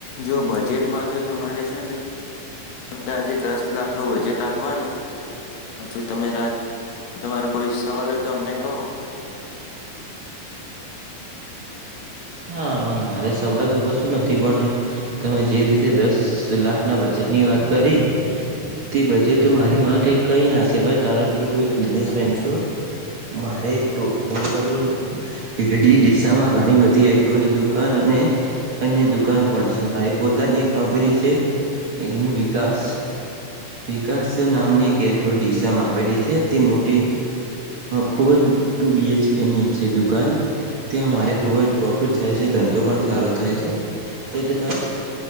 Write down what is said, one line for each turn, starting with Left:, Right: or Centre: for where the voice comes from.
Left: જો બજેટમાં તો તમારે છે ને. તો આજે દસ લાખ નું બજેટ રાખવાનું હ જો તમે તમારો કોઈ સવાલ હોય તો અમને કહો.
Right: હા મારે સવાલ તો કશું નથી પણ તમે જે રીતે દસ લાખ ના બજેટની વાત કરી તે બજેટ મારી માટે કઈ ના કહેવાય કારણ કે હું એક બિઝનેસમેન છું મારે ઓવર ઓલડ <unintelligible> ઘણી બ ઘી એગ્રની દુકાન અને અન્ય દુકાનો પણ છે મારી પોતાની એક કંપની છે એનું વિકાસ વિકાસ નામની એક એગ્ર દિશમાં આવેલી છે તે મોટી ખૂબ જ ટુ બી એચકે ની છે દુકાન ત્યાં મારે ખૂબ જ. પ્રોફિટ થાય છે ધંધો પણ સારો થાય છે એટલે તમે